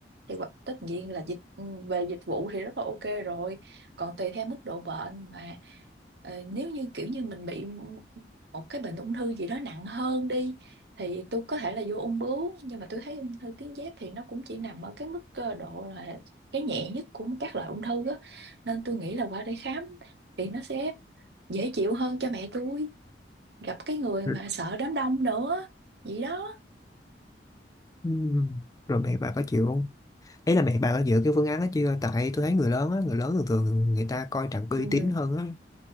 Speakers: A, on the right; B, on the left.
A: thì quả- tất nhiên là dịch ừ, về dịch vụ thì rất là ok rồi còn tùy theo mức độ bệnh mà ờ, nếu như kiểu như mình bị một cái bệnh ung thư gì đó nặng hơn đi thì tôi có thể là vô ung bướu nhưng mà tôi thấy ung thư tuyến giáp thì nó cũng chỉ nằm ở cái mức ờ, độ là cái nhẹ nhất của các loại ung thư đó nên tôi nghĩ là qua đây khám thì nó sẽ dễ chịu hơn cho mẹ tôi gặp cái người
B: rồi,
A: mà sợ đám đông nữa vậy đó
B: ừm, rồi mẹ bà có chịu không ý là mẹ bà có dựa cái phương án đó chưa tại tôi thấy người lớn á người lớn thường thường người ta coi trọng cái
A: ừ.
B: uy tín hơn á